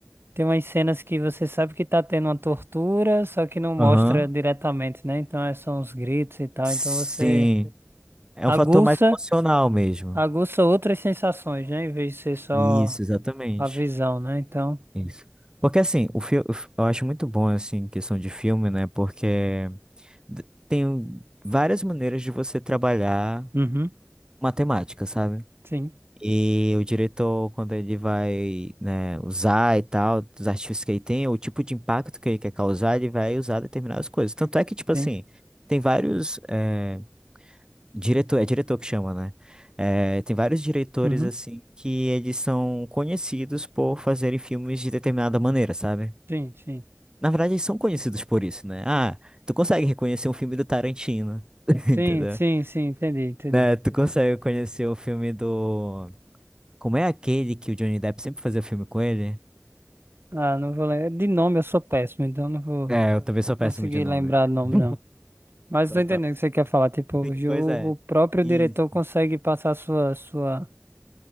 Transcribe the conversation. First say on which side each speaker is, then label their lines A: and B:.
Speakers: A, on the right; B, on the right.
A: Tem umas cenas que você sabe que tá tendo uma tortura, só que não mostra
B: Aham.
A: diretamente, né? Então é só uns gritos e tal.
B: Sim.
A: Então você
B: É
A: aguça,
B: um fator mais emocional mesmo.
A: aguça outras sensações, né? Em vez de ser só
B: Isso, exatamente.
A: a visão, né? Então.
B: Isso. Porque assim, o filme eu acho muito bom assim em questão de filme, né? Porque d- tem várias maneiras de você trabalhar
A: Uhum.
B: matemática, sabe?
A: Sim,
B: E o diretor, quando ele vai, né, usar e tal, dos artifícios que ele tem, o tipo de impacto que ele quer causar, ele vai usar determinadas coisas. Tanto é que, tipo assim,
A: sim.
B: tem vários, eh, diretor, é diretor que chama, né? Eh, tem vários diretores,
A: Uhum.
B: assim, que eles são conhecidos por fazerem filmes de determinada maneira, sabe?
A: Sim, sim.
B: Na verdade, eles são conhecidos por isso, né? Ah, tu consegue reconhecer um filme do Tarantino, <laughs> entendeu?
A: Sim, sim, sim, entendi, entendi.
B: Né? Tu consegue conhecer o filme do... Como é aquele que o Johnny Depp sempre fazia filme com ele?
A: Ah, não vou lembrar. De nome eu sou péssimo, então não vou
B: É, eu também sou
A: conseguir
B: péssimo de nome.
A: lembrar o nome,
B: <laughs>
A: não. Mas
B: Tá,
A: tô entendendo
B: tá.
A: o que você quer falar. Tipo, o,
B: Sim,
A: ju-
B: pois é.
A: o próprio
B: Isso.
A: diretor consegue passar sua, sua,